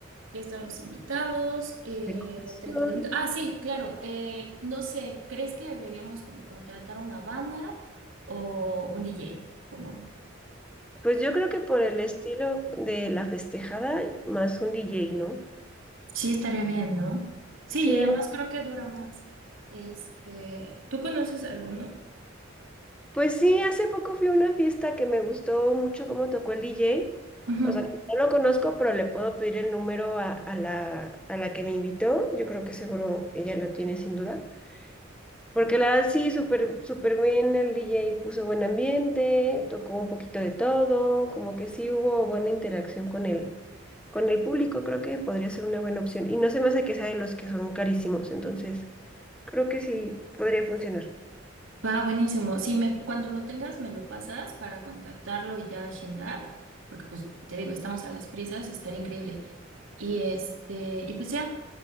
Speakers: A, on the right; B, in the centre.
A: ya están los invitados, eh,
B: Decoración.
A: el entretenimiento. Ah, sí, claro, eh, no sé, ¿crees que deberíamos como contratar una banda o un DJ? Como,
B: Pues yo creo que por el estilo de la festejada, más un DJ, ¿no?
A: sí, estaría bien, ¿no? Sí,
B: Sí,
A: y además creo que dura más. Este, ¿tú conoces alguno?
B: Pues sí, hace poco fui a una fiesta que me gustó mucho cómo tocó el DJ.
A: Ujú.
B: O sea, no lo conozco, pero le puedo pedir el número a, a la, a la que me invitó. Yo creo que seguro ella lo tiene sin duda. Porque la verdad sí, súper, súper bien el DJ puso buen ambiente, tocó un poquito de todo, como que sí hubo buena interacción con el, con el público, creo que podría ser una buena opción. Y no se me hace que sea de los que son carísimos, entonces creo que sí podría funcionar.
A: Va, buenísimo. Sí, me, cuando lo tengas, me lo pasas para contactarlo y ya agendar, porque pues te digo, estamos a las prisas, estaría increíble. Y este, y pues ya,